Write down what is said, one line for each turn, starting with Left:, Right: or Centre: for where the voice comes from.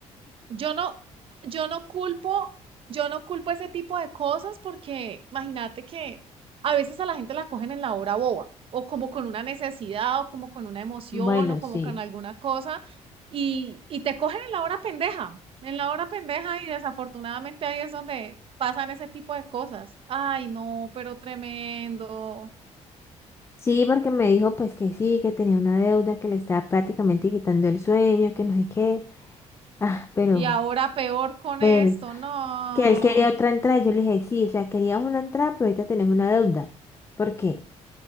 Right: Yo no, yo no culpo, yo no culpo ese tipo de cosas porque imagínate que a veces a la gente la cogen en la hora boba, o como con una necesidad, o como con una emoción,
Left: bueno,
Right: o como
Left: sí.
Right: con alguna cosa, y, y te cogen en la hora pendeja, en la hora pendeja, y desafortunadamente ahí es donde pasan ese tipo de cosas. Ay, no, pero tremendo.
Left: Sí, porque me dijo pues que sí, que tenía una deuda, que le estaba prácticamente quitando el sueño, que no sé qué. Ah, pero,
Right: Y ahora peor con
Left: pero,
Right: esto, no.
Left: que él quería otra entrada, yo le dije, sí, o sea, queríamos una entrada, pero ahorita tenemos una deuda. ¿Por qué?